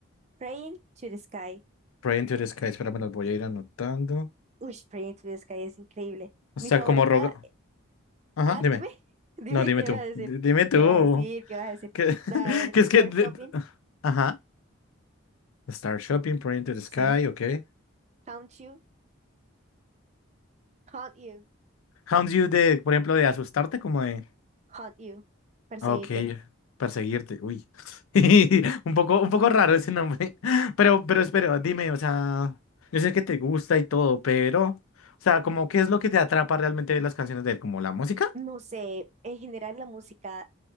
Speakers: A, on the right; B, on the left.
A: Praying to the Sky.
B: Pray into the Sky, espera, me las voy a ir anotando.
A: Uy, Prince of the Sky es increíble.
B: O
A: Mi
B: sea,
A: favorita.
B: como roga. Ajá,
A: Ah,
B: dime.
A: dime, <laughs> dime
B: No, dime
A: qué
B: tú.
A: vas a decir.
B: Di- Dime tú.
A: ¿Qué vas a decir? ¿Qué vas a decir?
B: Que,
A: A
B: <laughs>
A: ver,
B: que
A: Star
B: es que. de-
A: Shopping.
B: ajá. Star Shopping, Pray into the Sky,
A: Sí.
B: ok.
A: Haunt You. Haunt You.
B: Hounds You de, por ejemplo, de asustarte, como de.
A: Haunt You. Perseguite.
B: ah, Ok, perseguirte. Uy. <laughs> Un poco, un poco raro ese nombre. <laughs> Pero, pero espera, dime, o sea. Yo sé que te gusta y todo, pero. O sea, como, ¿qué es lo que te atrapa realmente de las canciones de él? ¿Como la música?
A: No sé, en general la música,